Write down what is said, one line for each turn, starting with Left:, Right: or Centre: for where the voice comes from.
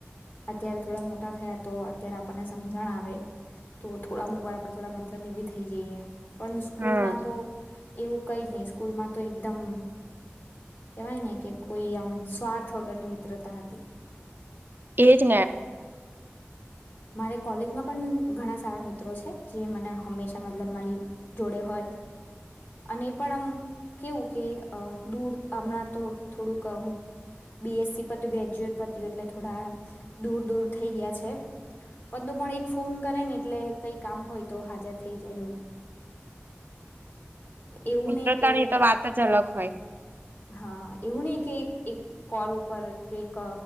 Left: અત્યારે થોડા મોટા થયા તો અત્યારે આપણને સમજણ આવે તો થોડા અમુક વાર થોડા મતલબ એ બી થઈ જઈએ પણ સ્કૂલમાં
Right: હમ
Left: તો એવું કઈ જ નહી સ્કૂલમાં તો એકદમ કેવાય ને કે કોઈ આમ સ્વાર્થ વગરની મિત્રતા હતી
Right: એ જ
Left: મારે કોલેજમાં પણ ઘણા સારા મિત્રો છે. જે મને હંમેશા મતલબ મારી જોડે હોય અને પણ આમ કેવું કે દૂર હમણાં તો થોડુંક અમુક બીએસસી પતું ગ્રેજ્યુએટ પતું એટલે થોડા દૂર દૂર થઈ ગયા છે, પણંતુ પણ એક ફોન કરે ને એટલે કઈ કામ હોય તો હાજર થઈ જાય. એવું
Right: મિત્રતાની
Left: નહી કે
Right: તો વાત જ અલગ હોય.
Left: હા એવું નહી કે એક કોલ ઉપર કે એક